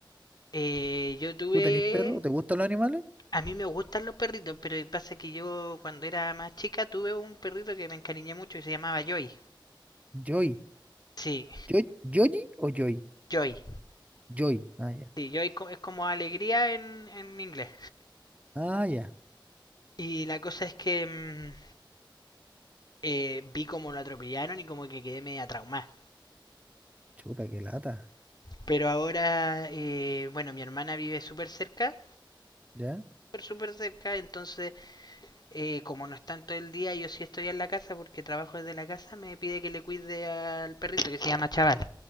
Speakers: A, on the left (about 55°); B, on the right (about 15°).
A: eh, yo tuve
B: ¿Tú tenés perro? ¿Te gustan los animales?
A: A mí me gustan los perritos, pero pasa que yo cuando era más chica tuve un perrito que me encariñé mucho y se llamaba Joy.
B: Joy.
A: Sí,
B: ¿Joy? ¿Yoyi o Joy?
A: Joy.
B: Joy. Ah, ya.
A: Sí, Joy co- es como alegría en, en inglés.
B: Ah, ya.
A: Y la cosa es que mm, eh, vi como lo atropellaron y como que quedé media traumada.
B: Chuta, qué lata.
A: Pero ahora, eh, bueno, mi hermana vive súper cerca,
B: ¿Ya?
A: súper, súper cerca, entonces eh, como no están todo el día, yo sí estoy en la casa porque trabajo desde la casa, me pide que le cuide al perrito que se llama Chaval.